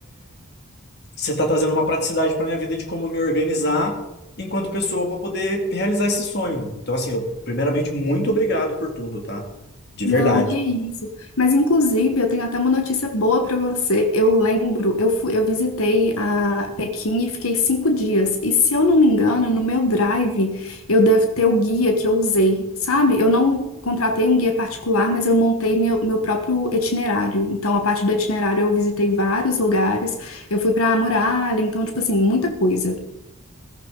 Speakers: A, on the left (about 50°); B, on the left (about 80°).
A: você está trazendo uma praticidade para minha vida de como me organizar enquanto pessoa para poder realizar esse sonho. Então, assim, eu, primeiramente, muito obrigado por tudo, tá? De verdade.
B: Não, que isso. Mas inclusive, eu tenho até uma notícia boa para você. Eu lembro, eu fui, eu visitei a Pequim e fiquei cinco dias. E se eu não me engano, no meu Drive, eu devo ter o guia que eu usei, sabe? Eu não contratei um guia particular, mas eu montei meu, meu próprio itinerário. Então, a partir do itinerário, eu visitei vários lugares. Eu fui para a muralha, então, tipo assim, muita coisa.